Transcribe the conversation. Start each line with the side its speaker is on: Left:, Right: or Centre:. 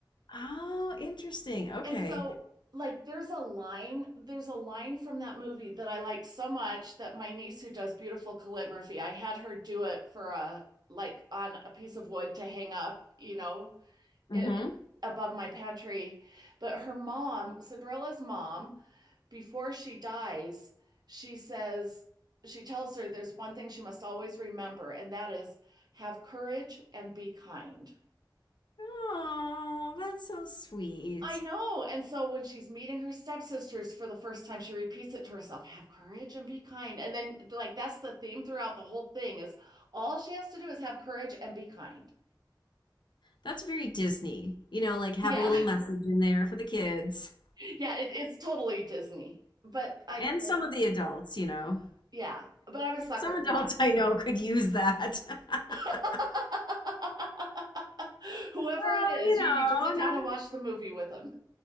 Left: oh, interesting. Okay.
Right: And so like there's a line, there's a line from that movie that I like so much that my niece who does beautiful calligraphy, I had her do it for a like on a piece of wood to hang up, you know,
Left: Mm-hmm.
Right: it, above my pantry. But her mom, Cinderella's mom, before she dies, she says she tells her there's one thing she must always remember, and that is have courage and be kind.
Left: Oh, that's so sweet.
Right: I know. And so when she's meeting her stepsisters for the first time, she repeats it to herself, have courage and be kind. And then like that's the theme throughout the whole thing is all she has to do is have courage and be kind.
Left: That's very Disney. You know, like have
Right: Yeah.
Left: a little
Right: <laughs>
Left: message in there for the kids
Right: Yeah, it, it's totally Disney. But I
Left: and
Right: like,
Left: some of the adults, you know.
Right: yeah, but I'm a sucker
Left: Some adults
Right: for that.
Left: I know could use that. <laughs>
Right: <laughs> Whoever
Left: Well,
Right: it is,
Left: you know,
Right: you need to sit
Left: not
Right: down and watch the movie with them.